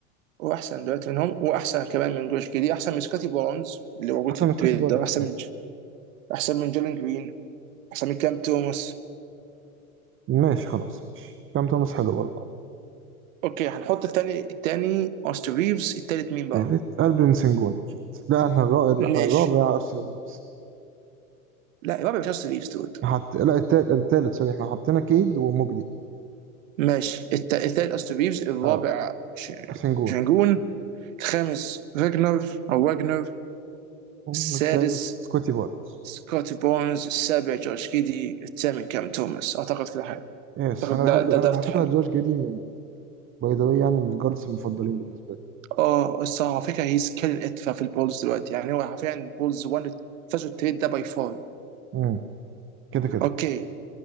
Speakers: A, on the right; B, on the right.
A: واحسن دلوقتي منهم واحسن كمان من جوش جدي احسن من سكوتي بونز اللي موجود
B: احسن
A: في التريد
B: من سكوتي بارن
A: ده احسن
B: ماشي
A: من احسن من جيلين جرين احسن من كام توماس
B: ماشي خلاص ماشي كام توماس حلو برضه
A: اوكي هنحط التاني التاني اوستر ريفز التالت مين بقى؟
B: تالت البن سنجون اكيد لا احنا الرابع احنا
A: ماشي
B: الرابع اصلا ريفيوز
A: لا الرابع مش أستون ريفز دود
B: حط... لا التالت, التالت سوري احنا حطينا كيد وموبلي
A: ماشي الت- التالت أستون ريفز الرابع
B: اه
A: ش-
B: سنجون
A: شنجون الخامس فاجنر أو واجنر السادس
B: والسادس سكوتي بارنز
A: سكوتي بونز السابع جورج كيدي الثامن كام توماس أعتقد كده حلو
B: يس
A: أعتقد
B: انا بحب
A: ده ده
B: انا
A: دافت
B: على فكره
A: حلو
B: جورج جيدي من باي ذا واي يعني من الجاردز المفضلين بالنسبه لي
A: اه الصراحة على فكرة هيز كيلين ات في البولز دلوقتي يعني هو حرفيا البولز وان فازوا التريد ده باي فول
B: مم. كده كده
A: اوكي